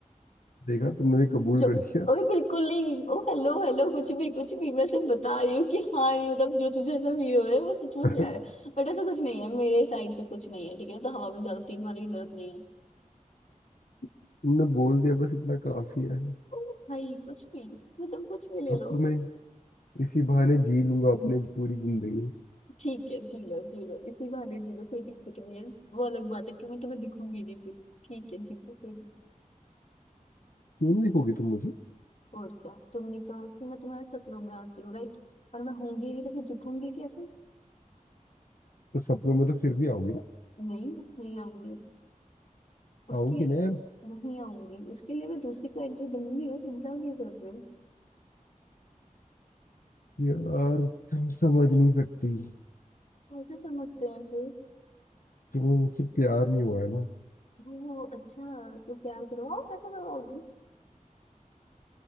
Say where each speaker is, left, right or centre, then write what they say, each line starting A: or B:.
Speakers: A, on the left; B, on the left.
A: देखा तुमने भी कबूल
B: जो
A: कर दिया
B: ओए बिल्कुल नहीं ओ हेलो हेलो कुछ भी कुछ भी मैं सिर्फ बता रही हूँ कि हाँ ये मतलब जो तुझे ऐसा फील हो रहा है वो सच में
A: <laughs>
B: प्यार है बट ऐसा कुछ नहीं है मेरे साइड से कुछ नहीं है ठीक है ना तो हवा में ज्यादा तीर मारने की जरूरत नहीं है
A: तुमने बोल दिया बस इतना काफी है
B: ओ भाई कुछ भी मतलब कुछ भी ले
A: अब
B: लो
A: तो मैं इसी बहाने जी लूंगा अपने पूरी जिंदगी
B: ठीक है जी लो जी लो इसी बहाने जी लो कोई दिक्कत नहीं है वो अलग बात है कि मैं तुम्हें दिखूंगी नहीं फिर ठीक है जी लो कोई नहीं।
A: क्यों नहीं देखोगी तुम मुझे
B: और क्या तुमने कहा कि मैं तुम्हारे सपनों में आती हूँ राइट और मैं होंगी नहीं तो फिर दिखूंगी कैसे
A: तो सपनों में तो फिर भी आओगी ना
B: नहीं नहीं आऊंगी उसकी
A: आओगी ना यार
B: नहीं आऊंगी उसके लिए मैं दूसरी को एंट्री दूंगी ना चिंता क्यों कर रहे हो
A: यार तुम समझ नहीं सकती
B: कैसे समझते हैं फिर
A: तुम्हें मुझसे प्यार नहीं हुआ है ना
B: वो अच्छा तो प्यार करवाओ कैसे करवाओगे